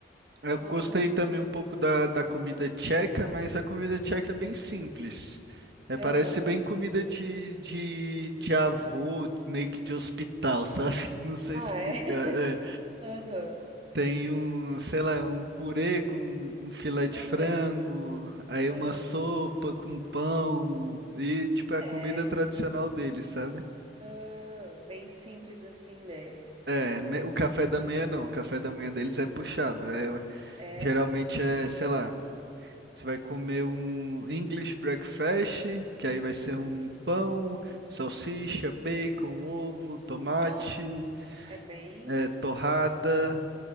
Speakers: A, on the right; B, on the right.
A: Eu
B: Nossa,
A: gostei também um pouco da, da comida tcheca, mas a comida tcheca é bem simples. É, parece
B: aham.
A: bem comida de, de, de avô, meio que de hospital, sabe? <laughs> Não sei
B: Ah,
A: explicar.
B: é? <laughs>
A: É,
B: Aham,
A: tem um, sei lá, um purê com um filé de
B: aham.
A: frango, aí
B: Ah,
A: uma sopa
B: tá.
A: com pão, e tipo, é a
B: é.
A: comida tradicional deles, sabe?
B: Ah, bem simples assim, né?
A: É, me- o café da manhã não, o café da manhã deles é puxado. é-
B: É.
A: geralmente é, sei lá. Você vai comer um English breakfast, que aí vai ser um pão, salsicha, bacon, ovo, tomate,
B: Nossa, é bem.
A: é, torrada.